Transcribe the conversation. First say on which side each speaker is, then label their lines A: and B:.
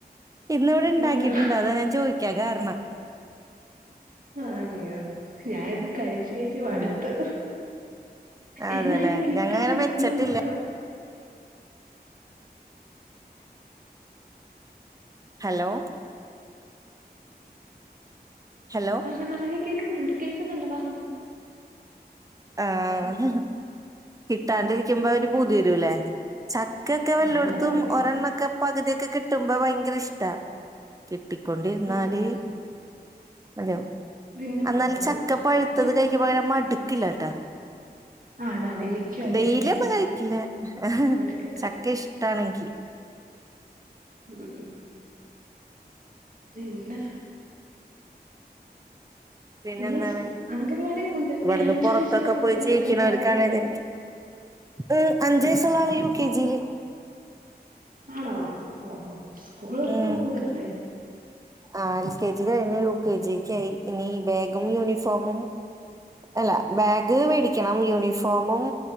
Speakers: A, on the right; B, on the right.
A: ഇന്ന് ഇവിടെ ഇണ്ടാക്കിട്ടുണ്ട്
B: ആണോ
A: അതാ ഞാൻ ചോദി ദിക്കാൻ കാരണം
B: ആഹ അയ്യോ ഞാാനിത് കഴ ജി മടുത്ത്
A: ഉം അതേല്ലേ
B: എന്നാ ഇത് കിട്ടാാലിരിക്കുമ്പോ
A: ഞങ്ങ അങ്ങനെ വെച്ചിട്ടില്ല
B: നമുക്ക്
A: ഹലോ ഹലോ
B: പറഞ്ഞോ പറഞ്ഞോ നീ കേക്കുന്നുണ്ട് കേക്കുന്നുണ്ട് പറഞ്ഞോ
A: ആഹ
B: ആഹ്
A: കിട്ടാണ്ടിരിക്കുമ്പോ
B: പിന്നെ
A: അവര് പൂതി വരൂല്ലേ ചക്കൊക്കെ വല്ലെടത്തും
B: ആഹ് അന്നേരം വരും
A: ഒരെണ്ണൊക്കെ പകുതി കിട്ടുമ്പോ ഭയങ്കര ഇഷ്ട ട്ടിക്കൊണ്ടിരുന്നാല്
B: ആഹ് ആഹ്
A: അല്ല
B: പിന്നെ
A: എന്നാല്
B: മടുക്കും
A: ചക്ക പഴുത്തത്
B: പക്ഷെ
A: കഴിക്കകര മടു കിലാട്ട
B: ആണാണ് എനിക്കും അത്
A: ഡെയിലി
B: തന്നെ
A: ഒന്നും കഴിക്കില്ലേ ആ
B: അവിടക്കത്തി
A: ചക്ക ഇഷ തണങ്കി
B: ഉം ഉം പിന്നെ
A: പിന്നെ
B: ഇനി
A: എന്താണ്
B: അംഗൻവാടി കൊണ്ട്
A: ഇവിടുന്ന്
B: ഈ അഞ്ചു
A: പുറത്തൊക്കെ
B: വയസ്സുള്ള കുട്ടീനെ
A: പോയി ജീവിക്കണവർക്കാണ്
B: അംഗൻവാടി
A: ഇതിറെ ഉ അഞ്ച വയസുള്ള
B: ആഹ്
A: ആള് യു കെ ജിൽ
B: ആണോ ഓഹോ സ്കൂൾ തുറകൻ
A: ഉം
B: പോവല്ലേ
A: ആ എൽ കെ ജി കഴിഞ്ഞു യു കെ ജിക്ക ആയി ഇനി ബാഗും യൂണിഫോമും അല്ല ബാഗ്
B: ഉം
A: മേടിക്കണം യൂണിഫോം ഫോമും